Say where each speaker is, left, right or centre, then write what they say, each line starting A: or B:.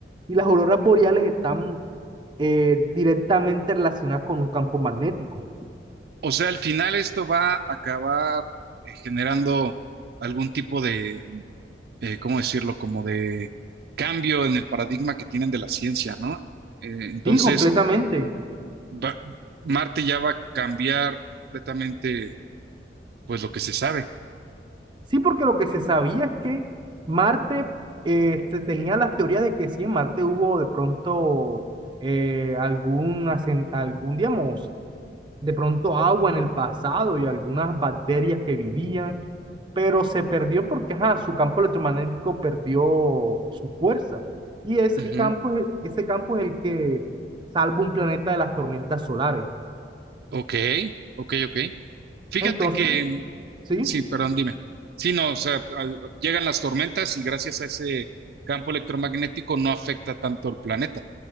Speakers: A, on the right; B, on the right.
A: Y las auroras boreales están eh, directamente relacionadas con un campo magnético.
B: o sea, al final esto va a acabar eh, generando algún tipo de, mm, eh, ¿cómo decirlo? Como de cambio en el paradigma que tienen de la ciencia, ¿no? Eh, entonces,
A: Sí, completamente.
B: va- Marte ya va a cambiar completamente, pues, lo que se sabe.
A: Sí, porque lo que se sabía es que Marte eh, se tenía las teorías de que sí, en Marte hubo de pronto eh, algún, ascen- algún, digamos, de pronto agua en el pasado y algunas bacterias que vivían, pero se perdió porque ajá, su campo electromagnético perdió su fuerza. Y ese
B: Ujú.
A: campo es, el- ese campo es el que salva un planeta de las tormentas solares.
B: Ok, ok, ok. Fíjate
A: Entonces,
B: que, mm,
A: sí,
B: sí, perdón, dime. Sí, no, o sea, al- llegan las tormentas y gracias a ese campo electromagnético no afecta tanto el planeta.